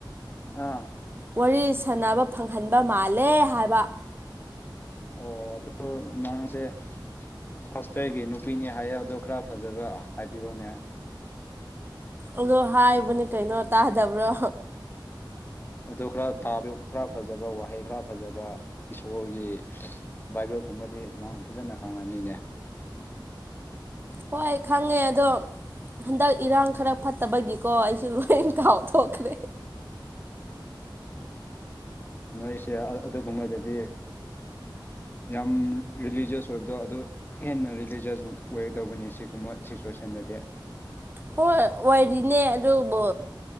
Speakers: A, on the left (about 25°); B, on the right (about 25°).
A: ꯑꯥ
B: ꯋꯥꯔꯤ ꯁꯥꯟꯅꯕ ꯐꯪꯍꯟꯕ ꯃꯥꯜꯂꯦ ꯍꯥꯏꯕ
A: ꯑꯣ ꯑꯗꯨ ꯅꯪꯁꯦ ꯐꯁꯇꯣꯏꯒꯤ ꯅꯨꯄꯤꯅꯦ ꯍꯥꯏꯌꯦ ꯑꯗꯣ ꯈꯔ ꯐꯖꯕ ꯍꯥꯏꯕꯤꯔꯣꯅꯦ
B: ꯑꯗꯣ ꯍꯥꯏꯕꯅꯤ ꯀꯩꯅꯣ ꯇꯥꯗꯕ꯭ꯔꯣ
A: ꯑꯗꯨ ꯈꯔꯥ ꯈꯔ ꯐꯖꯕ ꯋꯥꯍꯩ ꯈꯔ ꯐꯖꯕ ꯀꯤꯁꯣꯔꯒꯤ ꯕꯥꯏꯕꯜꯒꯨꯝꯕꯗꯤ ꯅ ꯐꯖꯅ ꯍꯥꯡꯝ ꯂꯩꯅꯦ
B: ꯍꯣꯏ ꯈꯪꯉꯦ ꯑꯗꯣ ꯍꯟꯗꯛ ꯏꯔꯥꯡ ꯈꯔ ꯐꯠꯇꯕꯒꯤꯀꯣ ꯑꯩꯁꯨ ꯂꯣꯏ ꯀꯥꯎꯊꯣꯛꯈ꯭ꯔꯦ
A: ꯅꯣꯏꯁꯦ ꯑꯗꯨꯒꯨꯝꯕꯗꯗꯤ ꯌꯥꯝ ꯔꯤꯂꯤꯖꯁ ꯊꯣꯏꯕꯗꯣ ꯑꯗꯨ ꯍꯦꯟꯅ ꯔꯤꯂꯤꯖꯁ ꯋꯦ ꯇꯧꯕꯅꯤ ꯁꯤꯒꯨꯝꯕ ꯁꯤꯆꯨꯋꯦꯁꯟꯗꯗꯤ
B: ꯍꯣꯏ ꯑꯣꯏꯔꯤꯅꯦ ꯑꯗꯨꯕꯨ